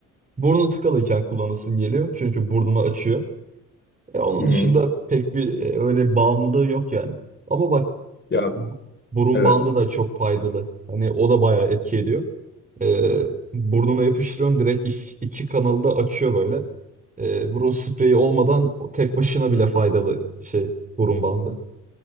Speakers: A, on the right; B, on the left.
A: Burnu tıkalıyken kullanasın geliyor. Çünkü burnunu açıyor. E, onun
B: Hı hı.
A: dışında pek bir e, öyle bağımlılığı yok yani. Ama bak
B: Ya
A: bu- burun
B: evet.
A: bandı da çok faydalı. Hani o da bayağı etki ediyor. Ee, burnuna yapıştırıyorsun direkt iş- iki kanalı da açıyor böyle. Ee, burun spreyi olmadan o tek başına bile faydalı şey burun bandı.